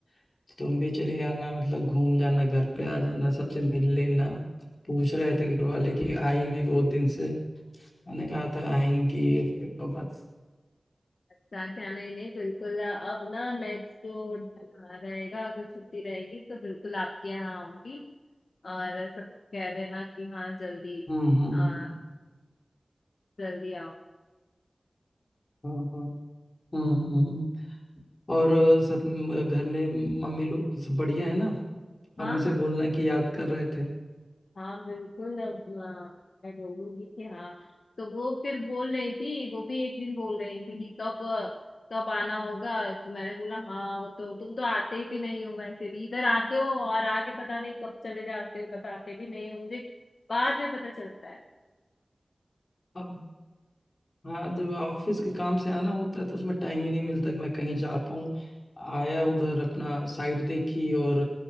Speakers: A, on the left; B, on the left.
A: तो तुम भी चले आना मतलब घूम जाना घर पे आ जाना सबसे मिल लेना पूछ रहे थे घर वाले कि आएंगे बहुत दिन से मैंने कहा था आएंगे फिर तो बस
B: अच्छा क्या नहीं नहीं बिल्कुल अब ना नेक्स्ट जो रहेगा अगर छुट्टी रहेगी तो बिल्कुल आपके यहाँ आऊंगी और सब कह देना कि हाँ जल्दी
A: हम्म हम्म
B: आ, जल्दी आओ
A: हाँ हाँ हम्म हम्म हम्म। और अ, सब म, घर में मम्मी लोग सब बढ़िया है ना मम्मी
B: हाँ
A: से
B: हाँ
A: बोलना कि याद कर रहे थे
B: हाँ बिल्कुल अब अ, मैं बोलूंगी कि हाँ तो वो फिर बोल रही थी वो भी एक दिन बोल रही थी कि कब कब आना होगा तो मैंने बोला हाँ वो तो तुम तो आते भी नहीं हो वैसे भी इधर आते हो और आके पता नहीं कब चले जाते हो बताते भी नहीं हो मुझे बाद में पता चलता है
A: अब हाँ जब ऑफिस के काम से आना होता है तो उसमें टाइम ही नहीं मिलता कि मैं कहीं जा पाऊँ आया उधर अपना साइट देखी और